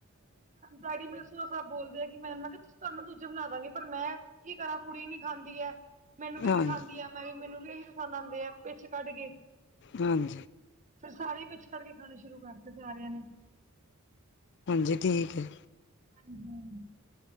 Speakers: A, on the right; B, on the left.
A: ਡੈਡੀ ਮੇਰੇ ਬੋਲਦੇ ਆ ਕਿ ਮੈਂ ਕਿਹਾ ਤੁਹਾਨੂੰ ਨਾਲ ਦੂਜੇ ਬਣਾ ਦਾਂਗੇ ਪਰ ਮੈਂ ਕੀ ਕਰਾਂ ਕੁੜੀ ਨੀ ਖਾਂਦੀ ਹੈ। ਮੈਨੂੰ ਵੀ
B: ਹਾਂਜੀ
A: ਨੀ ਖਾਂਦੀ ਹੈ। ਮੈਂ ਵੀ ਮੈਨੂੰ ਵੀ ਇਹੀ ਪਸੰਦ ਆਉਂਦੇ ਆ ਪਿੱਛ ਕੱਢ ਕੇ
B: ਹਮ
A: ਫਿਰ ਸਾਰੇ ਪਿੱਛ ਖੜ ਕੇ ਖਾਣੇ ਸ਼ੁਰੂ ਕਰਤੇ ਸਾਰਿਆਂ ਨੇ।
B: ਹਾਂਜੀ ਠੀਕ ਹੈ।
A: ਹਮ